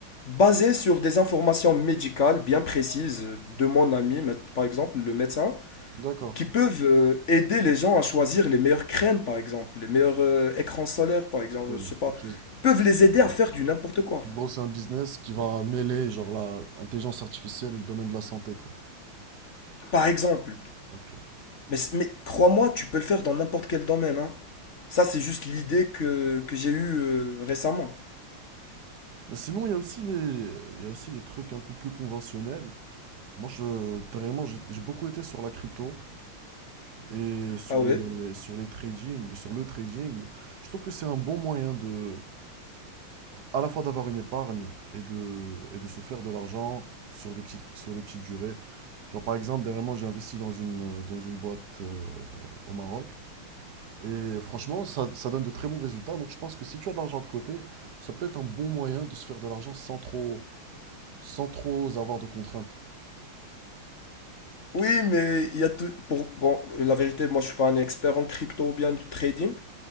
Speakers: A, on the left (about 45°); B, on the right (about 60°).
A: basés sur des informations médicales bien précises de mon ami, mais- par exemple, le médecin
B: D'accord.
A: qui peuvent euh, aider les gens à choisir les meilleures crèmes, par exemple, les meilleurs euh, écrans solaires, par exemple,
B: Ok,
A: je sais pas.
B: quelque chose-
A: Ils peuvent les aider
B: ouais.
A: à faire du n'importe quoi.
B: En gros, c'est un business qui va mêler genre la- l'intelligence artificielle et le domaine de la santé, quoi.
A: Par exemple.
B: Ok.
A: Mais, c- mais crois-moi, tu peux le faire dans n'importe quel domaine, hein. Ça, c'est juste l'idée que, que j'ai eue euh, récemment.
B: Mais sinon, il y a aussi les, il y a aussi les trucs un peu plus conventionnels. Moi, je, vraiment, j'ai j'ai beaucoup été sur la crypto et sur
A: Ah ouais?
B: les, sur les trading, sur le trading. Je trouve que c'est un bon moyen de, à la fois d'avoir une épargne et de, et de se faire de l'argent sur des petites, sur des petites durées. Genre par exemple, dernièrement, j'ai investi dans une, dans une boîte euh, au Maroc. Et franchement, ça, ça donne de très bons résultats. Donc je pense que si tu as de l'argent de côté, ça peut être un bon moyen de se faire de l'argent sans trop, sans trop avoir de contraintes.
A: Oui, mais il y a tout. Pour, bon, la vérité, moi, je suis pas un expert en crypto ou bien du trading.